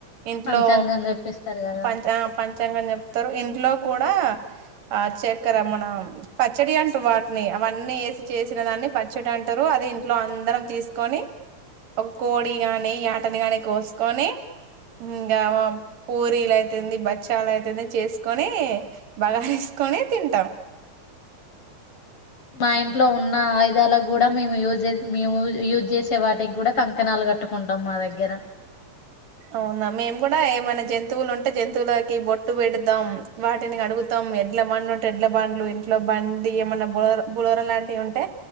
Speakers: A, on the right; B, on the left.
A: ఇంట్లో
B: పంచాంగం చెప్పిస్తారు కదా
A: పంచ ఆ పంచ పంచాంగం చెప్తారు ఇంట్లో కూడా ఆ చక్కర మనం పచ్చడి అంటారు వాటిని అవన్నీ వేసి చేసిన దాన్ని పచ్చడి అంటారు అది ఇంట్లో అందరం తీసుకొని ఒక కోడి గాని యాటని గాని కోసుకొని ఇంకా పూరీలు అయితుంది బచ్చాలు అయితుంది చేసుకొని బగా కునీ తింటా
B: మా ఇంట్లో ఉన్న ఆయుధాలకు కూడా మేము యూజ్ మేము యూజ్ చేసే వాటికి కూడా కంకణాలు కట్టుకుంటాం మా దగ్గర
A: అవునా మేము కూడా ఏమైనా జంతువులు ఉంటే జంతువులకి బొట్టు పెడతాం వాటిని కడుగుతాం ఎడ్ల బండ్ ఉంటే ఎడ్ల బండ్లు ఇంట్లో బండి ఏమన్నా బుల బులోర లాంటివి ఉంటే